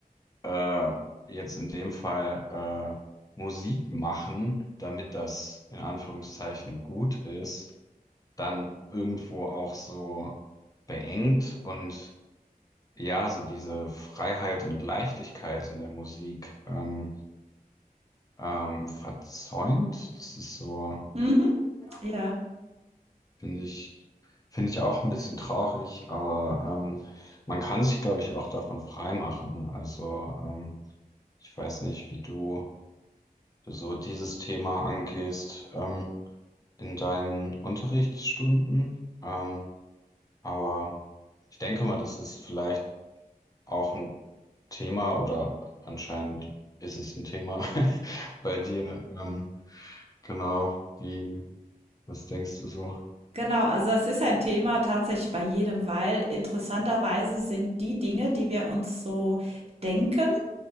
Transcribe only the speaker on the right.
mhm,
ja,
genau. Also es ist ein Thema tatsächlich bei jedem, weil interessanterweise sind die Dinge, die wir uns so denken,